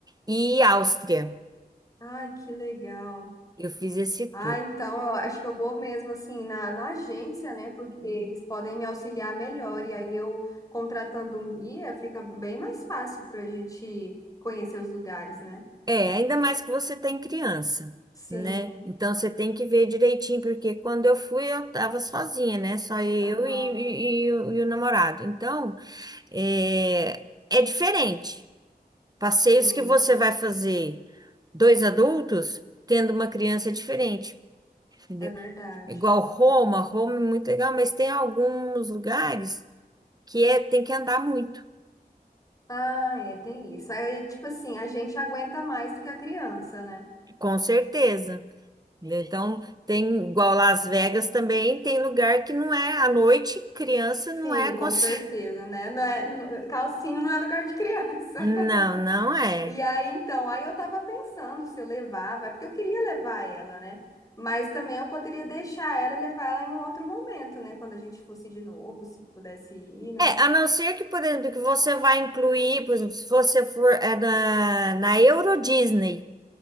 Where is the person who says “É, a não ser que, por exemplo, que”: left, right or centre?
Right